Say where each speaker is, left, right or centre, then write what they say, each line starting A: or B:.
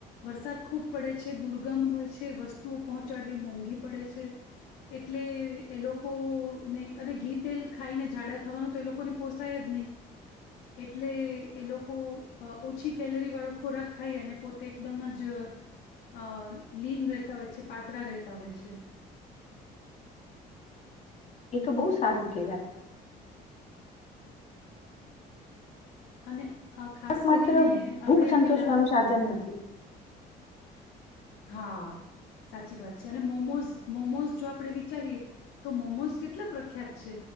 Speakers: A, on the left (about 85°); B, on the left (about 45°).
A: વરસાદ ખૂબ પડે છે, દુર્ગમ હોય છે, વસ્તુઓ પહોંચાડવી મોંઘી પડે છે. એટલે એ લોકોને અને ઘી તેલ ખાઈને જાડા થવાનું તો એ લોકોને પોસાય જ નહીં, એટલે એ લોકો ઓછી કેલરી વાળો ખોરાક ખાઈ અને પોતે એકદમ જ અ લીન રહેતા હોય છે, પાતળા રહેતા હોય છે.
B: એ તો બહુ સારું કહેવાય.
A: અને અ ખાસ
B: કક
A: કરીને
B: માત્ર ભૂખ
A: આપણે
B: સંતોષવાનું
A: પેલા
B: સાધન નથી.
A: હા સાચી વાત છે અને મોમોઝ મોમોઝ જો આપણે વિચારીએ, તો મોમોઝ કેટલા પ્રખ્યાત છે,